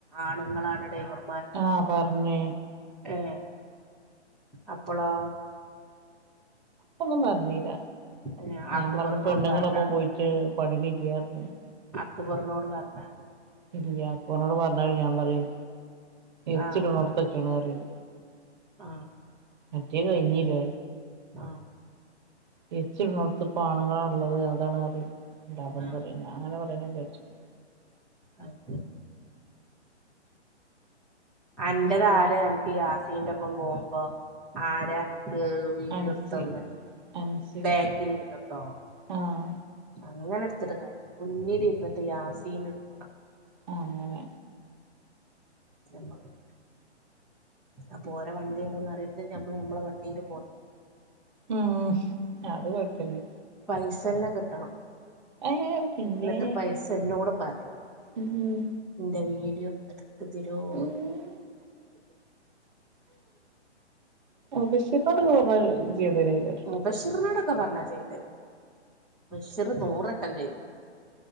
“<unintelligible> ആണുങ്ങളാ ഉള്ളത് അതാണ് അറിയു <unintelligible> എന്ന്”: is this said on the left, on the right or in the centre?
Right